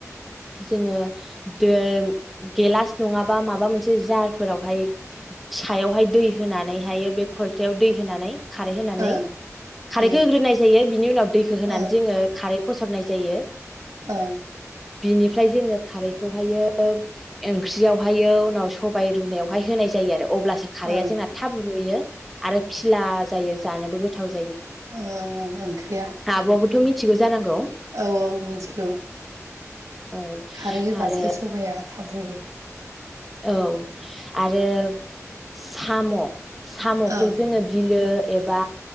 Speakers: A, in the centre; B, on the right.
A: जोङो दैम गेलास नङाबा माबा मोनसे जारफोरावहाय सायावहाय दै होनानै हायो बे खलथायाव दै होनानै खारै होनानै
B: ओं
A: खारैखौ
B: उम
A: होग्रोनाय जायो बिनि उनाव दैखौ होनानै
B: ओं
A: जोङो खारै फसरनाय जायो।
B: ओं
A: बिनिफ्राय जोङो खारैखौहायो ओंख्रियावहायो उनाव सबायाइ रुनायावहाय होनाय जायो आर रो अब्लासो खारैआ
B: ओं
A: जोंना थाब रुयो। आरो फिला जायो जानोबो गोथाव जा
B: ओं ओं ओं ओंख्रिया
A: आब'आबोथ' मिथिगौ जानांगौ
B: औ औ मिथिगौ।
A: औ
B: खारै होबासो
A: आरो
B: सबाया थाबरुयो।
A: औ आरो साम' साम'खौ
B: औ
A: जोङो बिलो एबा